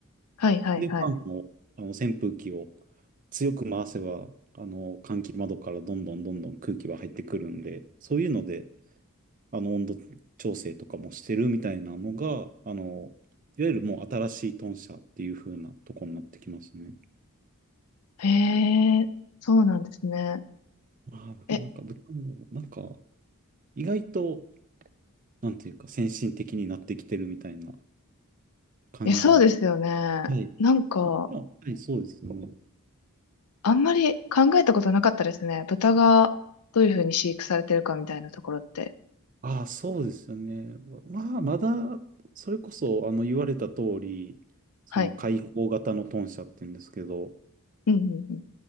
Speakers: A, on the left; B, on the right.
A: はいはいはい。
B: で、ファンの、あの扇風機を強く回せば、あの換気窓からどんどんどんどん空気は入ってくるんで、そういうのであの、温度調整とかもしてるみたいなのが、あの、いわゆるもう新しい豚舎っていう風なとこになってきますね。
A: へえ、そうなんですね。
B: まあ、なかなか豚も、
A: え、
B: なんか、意外と、なんていうか、先進的になってきてるみたいな感じのは。
A: え、そうですよね。
B: はい。
A: なんか、
B: あはい、そうですね。
A: あんまり考えたことなかったですね。豚がどういうふうに飼育されてるかみたいなところって。
B: ああ、そうですよね。まあ、まだ、それこそ、あの、言われた通り、その開放型の豚舎っていうんですけど、
A: はい。うんうんうん。